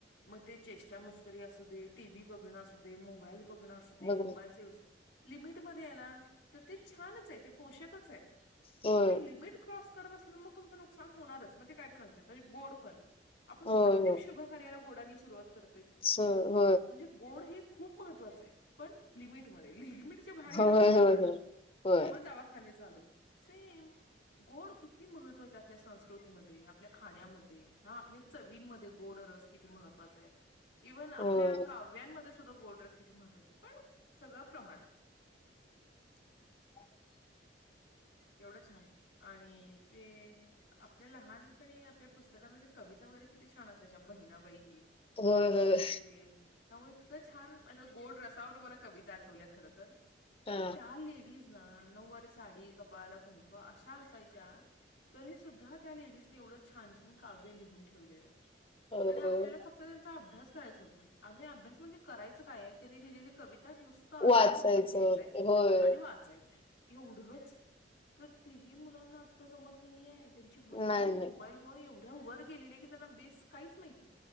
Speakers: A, on the left (about 70°); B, on the left (about 30°).
A: मग ते चेष्टा मस्करी असूदे, टी. व्ही. बघणं असूदे, मोबाईल बघणं असूदे
B: बघ
A: मोबाईलचा
B: होय,
A: यूज लिमिट मध्ये आहे ना तर ते छानचं आहे ते पोषकचं आहे.
B: होय,
A: तुम्ही लिमिट क्रॉस करत असला मग तुमचं नुकसान होणारचं मग ते काय पण असूद्या आता गोड पण आपण
B: होय,
A: प्रत्येक
B: होय, होय,
A: शुभ कार्याला गोडानी सुरवात कर.
B: <unintelligible>
A: म्हणजे गोड हे खूप महत्वाचं आहे. पण लिमिट मध्ये लिमिटच्या बाहेर गेलं
B: होय
A: मग शुगर
B: होय होय होय
A: मग दवाखाने चालू. सेम. गोड किती महत्वाच आहे, आपल्या संस्कृतीमध्ये आपल्या खाण्यामध्ये हा आपल्या चवींमध्ये गोड. रस किती महत्वाचा आहे इव्हन आपल्या
B: होय
A: काव्यांमध्ये सुद्धा गोड रस किती महत्वाचा आहे पण सगळं प्रमाणात
B: <unintelligible>
A: एवढं छान आणि ते आपले लहान पहिले आपल्या पुस्तकांमध्ये कविता वगैरे किती छान असायच्या. बहिणाबाई
B: होय
A: हे,
B: होय
A: ते. त्यामुळे इतकं छान मला गोड रसावर मला कविता आठवल्या खर तर तर
B: हा
A: त्या लेडीज ना नऊवारी साडी कपाळाला कुंक अशा असायच्या. तरी सुद्धा त्या लेडीजने एवढं छान छान काव्य लिहून ठेवलेय.
B: होय
A: आणि आपल्याला फक्त त्यांचा अभ्यास करायचा होत नाही. आणि अभ्यास म्हणजे करायचं काय? त्यांनी लिहिलेली कविता नुसत अर्थ
B: वाचायचं
A: समजून घ्यायचाय
B: होय
A: आणि वाचायचंय. एवढंच! तर तेही मुलांना आता जमत नाही आहे. त्यांची बुद्धी
B: नाही नाही
A: मोबाईलमुळेून एवढ्या वर गेलेली आहे की, त्यांना बेस काहीच माहिती